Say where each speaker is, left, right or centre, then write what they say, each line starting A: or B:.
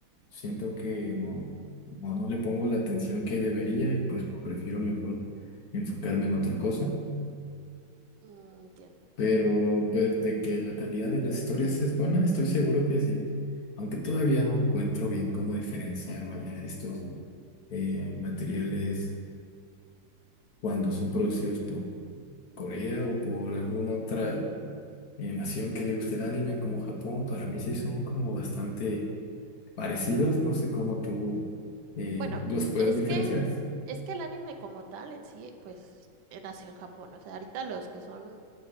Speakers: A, on the left; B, on the right.
A: siento que no, no, no le pongo la atención que debería y pues prefiero mejor enfocarme en otra cosa.
B: mm, entiendo.
A: Pero pues de que la calidad de las historias es buena, estoy seguro que sí. Aunque todavía no encuentro bien cómo diferenciar, vaya, estos eh, materiales cuando son producidos por Corea o por alguna otra eh, nación que le guste el anime como Japón, para mí sí son como bastante parecidos. No sé cómo tú eh,
B: Bueno,
A: los puedes
B: es
A: diferenciar.
B: que es que el anime como tal en sí, pues eh, nació en Japón. O sea, ahorita los que son